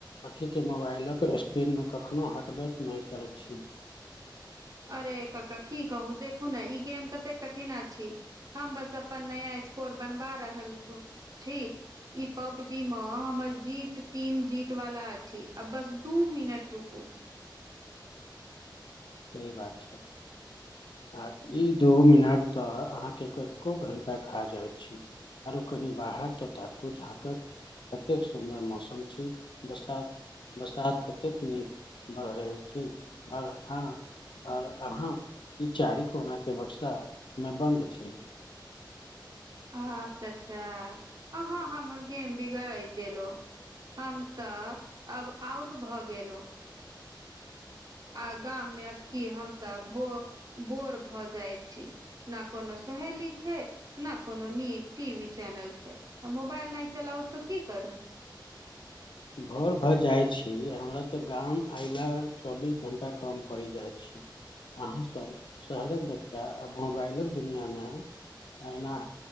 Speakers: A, on the left (about 80°); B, on the right (about 50°).
A: अँखिके मोबाइलक स्पीडमे कखनोहु हटबैत नहि कहय छी
B: अरे कका की कहू देखू ने, ई गेम कतेक कठिन अछी हम बस अपन नया स्कोर बनवा रहल छी ई पबजी मे हमर जीत टीम जीत वाला अछि, आ बस दू मिनट रूकु
A: सही बात छै
B: <inaudible>
A: आ ई दू मिनट तऽ अहाँके, कतको घण्टा खा जाइत छी आरो कनि बाहर तऽ ताकू-झाँकक कतेक सुन्दर मौसम छै, बसात बरसात कतेक नहि बढ़ रहल छी, आओर हँ आओर अहाँ, ई चारि कोना के बक्सा मे बन्द छी
B: अहां चच्चा अहां हमर गेम बिगड़इ देलो हम तऽ अब आउट भऽ गेलऊ। आ गाम मे अब की हम तऽ भो बोर भऽ जाइत छी, ना कोनो सहेली छै ना कोनो नीक टी वी चैनल छै, मोबाइल नहि चलाउ तऽ की करू।
A: भोर भर जाइत छी, हमरा तऽ गाम अयला चौबीस घण्टा कम पड़ि जाइत छी। अहाँसब शहरक बच्चा, आ मोबाइलक दुनियांमे एहिना